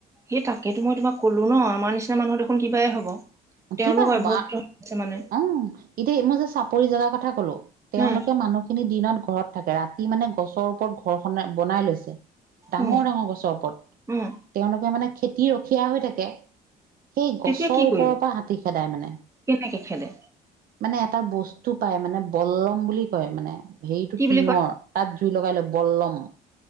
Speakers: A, on the right (about 15°); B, on the right (about 60°).
A: সেই তাকেতো মই তোমাক কলো ন আমাৰ নিচিনা মানুহ দেখোন কিবাই হব। তেওঁলোক
B: কিবা হবা
A: অভ্যস্ত হৈ গৈছে মানে
B: উম, এতিয়া মই যে চাপৰি জগাৰ কথা কলো তেওঁলোকে
A: উম
B: মানুহখিনি দিনত ঘৰত থাকে ৰাতি মানে গছৰ ওপৰত ঘৰ খন বনাই লৈছে। ডাঙৰ
A: উম
B: ডাঙৰ গছৰৰ ওপৰত
A: উম
B: তেওঁলোকে মানে খেতি ৰখীয়া হৈ থাকে। সেই গছৰ
A: তেতিয়া কি
B: ওপৰৰ
A: কৰিব
B: পৰা হাতী খেদায় মানে।
A: কেনেকে খেদে
B: মানে এটা বস্তু পাই মানে বল্লম বুলি কয় মানে হেৰিটো
A: কি বুলি
B: টিঙৰ
A: কয়
B: তাত জুই লগাই লৈ বল্লম